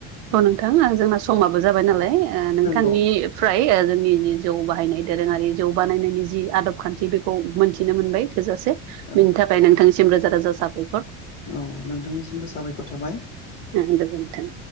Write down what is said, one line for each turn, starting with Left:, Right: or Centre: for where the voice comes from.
Right: औ नोंथां आं जोंना समाबो जाबाय नालाय ओ नोंथांनि
Left: नंगौ
Right: फ्राय ओ जोंनि जि जौ बाहायनाय दोरोङारि जौ बानायनायनि जि आदब खान्थि बेखौ मोनथिनो मोनबाय थोजासे।
Left: औ
Right: बिनि थाखाय नोंथांनिसिम रोजा रोजा साबायखर।
Left: औ नोंथांनिसिमबो साबायखर थाबाय।
Right: ओ गोजोनथों।